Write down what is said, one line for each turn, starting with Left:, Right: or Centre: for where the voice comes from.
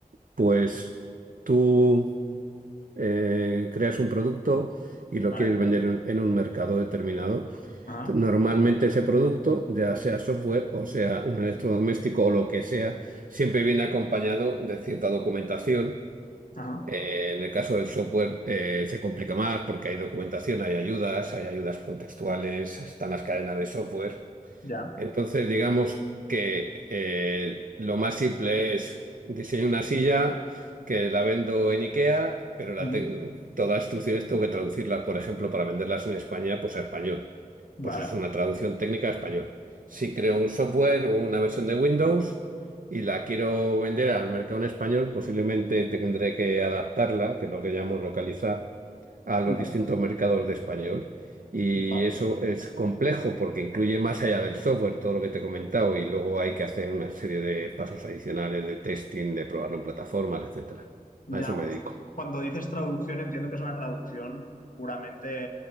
Right: pues tú... eh, creas un producto y lo
Left: ¿Vale?
Right: quieres vender en, en un mercado determinado.
Left: Ajá.
Right: Normalmente ese producto, ya sea software o sea un electrodoméstico o lo que sea, siempre viene acompañado de cierta documentación.
Left: Ajá,
Right: Eh, en el caso del software eh, se complica más porque hay documentación, hay ayudas, hay ayudas contextuales, están las cadenas de software.
Left: ya.
Right: Entonces, digamos que eh, lo más simple es diseño una silla que la vendo en IKEA, pero la
Left: Ujú.
Right: tengo, todas las instrucciones tengo que traducirlas, por ejemplo, para venderlas en España, pues a español.
Left: Vale,
Right: Pues es una traducción técnica a español. Si creo un
Left: vale,
Right: software o una versión de Windows y la quiero vender al mercado en español, posiblemente tendré que adaptarla, que es lo que llamamos localizar, a los
Left: vale,
Right: distintos mercados de español. Y
Left: vale.
Right: eso es complejo porque incluye más allá del software todo lo que te he comentado y luego hay que hacer una serie de pasos adicionales de testing, de probarlo en plataformas, etcétera.
Left: Ya,
Right: A eso me
Left: porque
Right: dedico.
Left: cuando dices traducción entiendo que es una traducción puramente